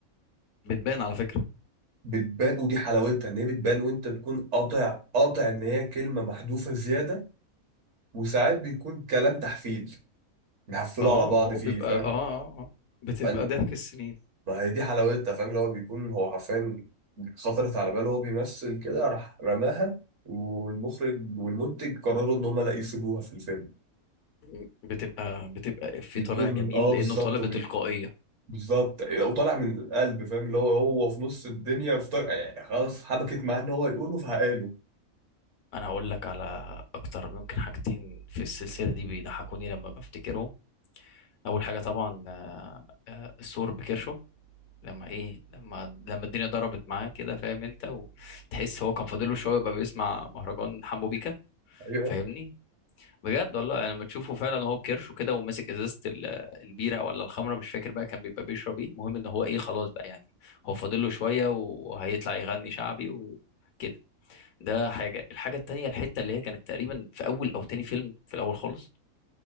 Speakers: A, on the left (about 75°); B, on the right (about 55°).
A: بتبان على فكرة
B: بتبان ودي حلاوتها ان هي بتبان وانت تكون قاطع قاطع ان هي كلمة محذوفة زيادة وساعات بيكون كلام تحفيل بيحفلوا
A: اه
B: على بعض
A: ما هو
B: فيه
A: بيبقى
B: فاهم
A: اه آه، آه. بتبقى
B: فن
A: ضحك السنين
B: ما هي دي حلاوتها فاهم اللي هو بيكون هو حرفيا خطرت على باله وهو بيمثل كده راح رماها والمخرج والمنتج قرروا ان هما لا يسيبوها في الفيلم
A: مم. بتبقى بتبقى في
B: بتكون
A: طالع جميل
B: اه
A: لانه
B: بالظبط
A: طالع بتلقائية
B: بالظبط وطالع من القلب فاهم اللي هو هو في نص الدنيا في طر... يعني خلاص حبكت معاه ان هو يقوله فهقاله
A: انا هقول لك على اكتر ممكن حاجتين في السلسلة دي بيضحكوني لما بفتكرهم اول حاجه طبعا آه، آه، السور بكرشه لما ايه لما لما الدنيا ضربت معاه كده فاهم انت وتحس هو كان فاضله شويه يبقى بيسمع مهرجان حمو بيكا
B: ايوه
A: فاهمني بجد والله يعني لما تشوفه فعلا هو بكرشه كده وماسك ازازه ال- البيره ولا الخمره مش فاكر بقى كان بيبقى بيشرب ايه المهم ان هو ايه خلاص بقى يعني هو فاضله شويه وهيطلع يغني شعبي وكده ده حاجه الحاجه التانيه الحته اللي هي كانت تقريبا في اول او تاني فيلم في الاول خالص